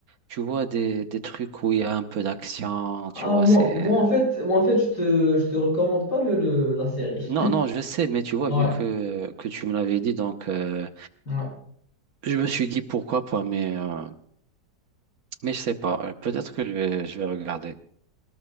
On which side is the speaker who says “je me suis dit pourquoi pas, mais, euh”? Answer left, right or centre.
Right